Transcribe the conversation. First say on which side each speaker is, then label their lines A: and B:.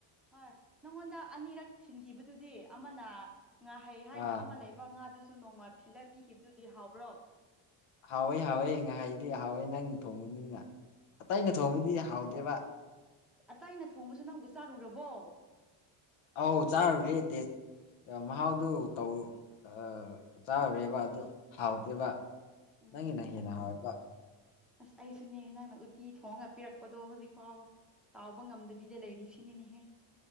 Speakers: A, in the centre; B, on the left (about 85°).
A: ꯍꯣꯏ ꯅꯪꯉꯣꯟꯗ ꯑꯅꯤꯔꯛ ꯊꯤꯟꯈꯤꯕꯗꯨꯗꯤ ꯑꯃꯅ ꯉꯥꯍꯩ ꯍꯥꯏꯅ
B: ꯑꯥ
A: ꯑꯃ ꯂꯩꯕ ꯉꯥꯗꯨꯁꯨ ꯅꯣꯡꯃ ꯊꯤꯜꯂ ꯄꯤꯈꯤꯕꯗꯨꯗꯤ ꯍꯥꯎꯕ꯭ꯔꯣ
B: ꯍꯥꯎꯋꯦ ꯍꯥꯎꯋꯦ ꯉꯥꯏꯍꯥꯏꯗꯤ ꯍꯥꯎꯋꯦ ꯅꯪ ꯊꯣꯡꯕꯨꯅꯤꯡꯅ ꯑꯇꯩꯩꯅ ꯊꯣꯡꯕꯗꯤ ꯍꯥꯎꯗꯦꯕ
A: ꯑꯇ ꯑꯩꯅ ꯊꯣꯡꯕꯁꯨ ꯅꯪꯕꯨ ꯆꯥꯔꯨꯔꯕꯣ
B: ꯑꯧ ꯆꯥꯔ ꯔꯦ ꯇ ꯃꯍꯥꯎꯗꯨ ꯇ ꯆꯥꯔꯨꯔꯦꯕ ꯑꯗꯨ ꯍꯥꯎꯗꯦꯕ
A: ꯎꯝ
B: ꯅꯪꯒꯤꯅ ꯍꯦꯟꯅ ꯍꯣꯏꯕ
A: ꯑꯁ ꯑꯩꯁꯨꯅꯦ ꯅꯪꯅ ꯎꯠꯇꯤ ꯊꯣꯡꯉꯒ ꯄꯤꯔꯛꯄꯗꯣ ꯍꯧꯖꯤꯛꯐꯥꯎ ꯀꯥꯎꯕ ꯉꯝꯗ ꯕꯤꯗ ꯂꯩꯔꯤ ꯁꯤꯅꯤꯅꯦꯍꯦ